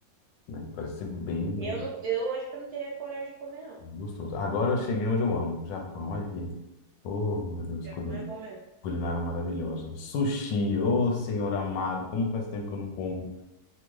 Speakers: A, on the left; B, on the right.
A: né? Parece ser bem, bem.
B: É, Eu não, eu acho que eu não teria coragem de comer, não.
A: Gostoso. Agora eu cheguei onde eu amo, Japão. Olha aqui. Oh, meu Deus,
B: Japão
A: culi-
B: é bom mesmo.
A: culinária maravilhosa. Sushi, oh, senhor amado, como faz tempo que eu não como.